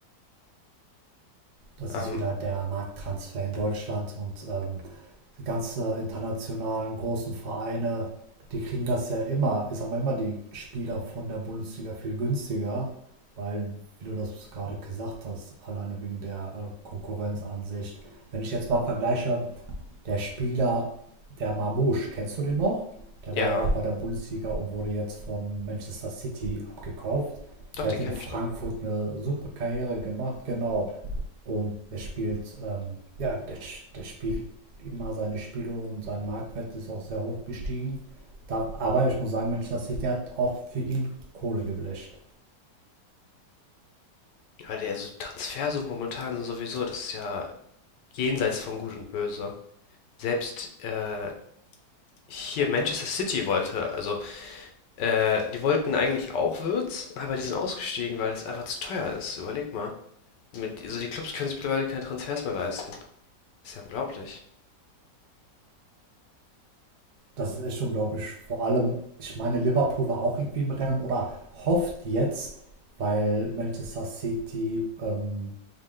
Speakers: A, on the right; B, on the left.
A: Das
B: Ähm,
A: ist wieder der Markttransfer in Deutschland und ähm, die ganzen internationalen großen Vereine, die kriegen das ja immer, ich sag mal immer die Spieler von der Bundesliga viel günstiger, weil, wie du das gerade gesagt hast, alleine wegen der äh, Konkurrenzansicht. Wenn ich jetzt mal vergleiche, der Spieler, der Marmoush, kennst du den noch? Der
B: ja,
A: war ja auch bei der Bundesliga und wurde jetzt von Manchester City abgekauft.
B: doch,
A: Der
B: den
A: hat
B: kenne
A: in Frankfurt
B: ich noch.
A: eine super Karriere gemacht, genau. Und der spielt, ähm, ja, der, der spielt immer seine Spiele und sein Marktwert ist auch sehr hoch gestiegen. Da, aber ich muss sagen, Manchester City hat auch für ihn Kohle geblecht.
B: Ja, der also Transfersummen momentan sind sowieso, das ist ja jenseits von Gut und Böse. Selbst äh, hier Manchester City wollte, also äh, die wollten eigentlich auch Würz, aber die sind ausgestiegen, weil das einfach zu teuer ist. Überleg mal. Mit, also die Clubs können sich mittlerweile keine Transfers mehr leisten. Ist ja unglaublich.
A: Das ist echt unglaublich. Vor allem, ich meine, Liverpool war auch irgendwie im Rennen oder hofft jetzt, weil Manchester City ähm,